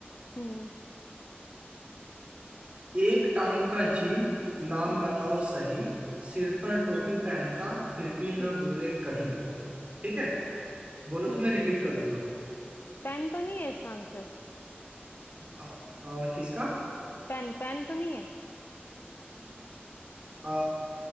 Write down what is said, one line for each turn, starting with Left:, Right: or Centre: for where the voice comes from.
Left: हम्म
Right: एक टांग का जीव नाम
Left: हम्म
Right: बताओ सही सिर पर टोपी पहनता फिर भी ना
Left: हम्म
Right: बोले कहीं ठीक है बोलो
Left: हम्म।
Right: तो मैं रिपीट कर दूंगा
Left: पेन तो नहीं है इसका आंसर
Right: आ, आ, किसका
Left: पेन पेन तो नहीं है
Right: आ,